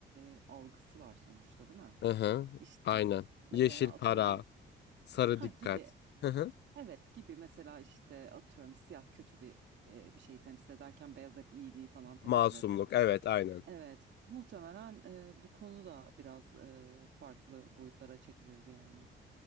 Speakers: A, on the right (about 65°); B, on the left (about 60°).
A: e, algısı var sonuçta değil mi?
B: Hı hı.
A: İşte
B: Aynen.
A: mesela
B: Yeşil
A: atıyorum
B: para, sarı
A: ha
B: dikkat.
A: gibi
B: Hı hı.
A: Evet gibi mesela işte atıyorum siyah kötü bir e, bir şeyi temsil ederken beyaz hep iyiliği falan temsil
B: Masumluk.
A: eder.
B: Evet, aynen.
A: Evet muhtemelen e, bu konu da biraz e, farklı boyutlara çekilirdi yani.